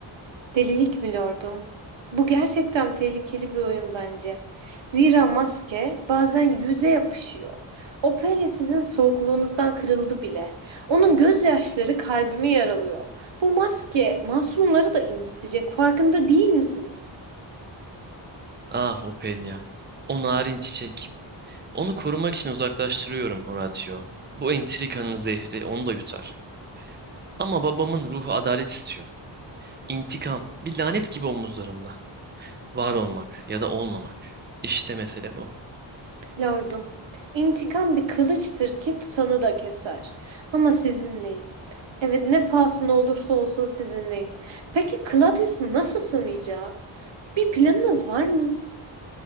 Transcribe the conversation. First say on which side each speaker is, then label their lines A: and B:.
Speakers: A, on the right; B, on the right.
A: Delilik mi Lordum? Bu gerçekten tehlikeli bir oyun bence. Zira maske bazen yüze yapışıyor. Ophelia sizin soğukluğunuzdan kırıldı bile. Onun gözyaşları kalbimi yaralıyor. Bu maske masumları da incitecek. Farkında değil misiniz?
B: Ah Ophelia. O narin çiçek. Onu korumak için uzaklaştırıyorum Horatio. Bu entrikanın zehri onu da yutar. Ama babamın ruhu adalet istiyor. İntikam, bir lanet gibi omuzlarımda. Var olmak ya da olmamak. İşte mesele bu.
A: Lordum, intikam bir kılıçtır ki tutanı da keser. Ama sizinleyim. Evet, ne pahasına olursa olsun sizinleyim. Peki Claudius'u nasıl sınayacağız? Bir planınız var mı?